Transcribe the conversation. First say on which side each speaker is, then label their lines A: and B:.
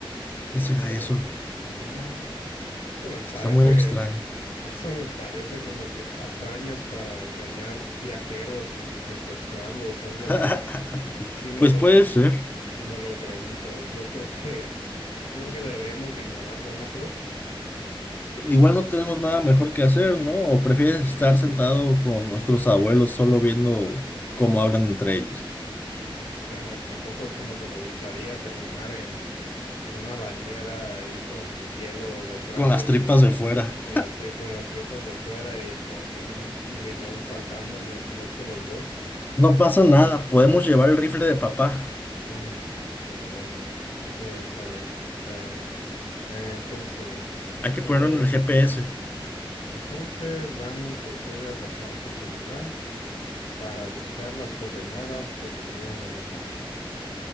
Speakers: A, on the left; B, on the left.
A: ¿Qué
B: Eh,
A: será
B: eh,
A: eso?
B: Ah, esto me parece,
A: Está muy extraño.
B: <laughs> esto me parece como que patrañas para engañar viajeros y secuestrarlos o algo
A: <laughs>
B: así. Si me
A: Pues
B: lo,
A: puede
B: pe-
A: ser.
B: si me lo preguntas, yo creo que, yo creo que deberíamos de ignorarlo, ¿no crees?
A: Igual no tenemos nada mejor que hacer, ¿no? ¿O prefieres estar sentado con nuestros abuelos solo viendo cómo hablan entre ellos?
B: Mm, Bueno, tampoco es como que me gustaría terminar en, en una bañera ahí con hielo detrás
A: Con las
B: de mi,
A: tripas de fuera.
B: con las tripas, con las tripas de fuera y con un riñón faltándome, si no es que los dos.
A: No pasa nada. Podemos
B: Ah,
A: llevar el rifle de papá.
B: ah, pero bueno, ok, está bien. está bien. Eh, Entonces,
A: Hay
B: eh,
A: que ponerlo en el GPS.
B: ok. entonces Dani procede a sacar su celular para buscar las coordenadas que tenían en el mapa.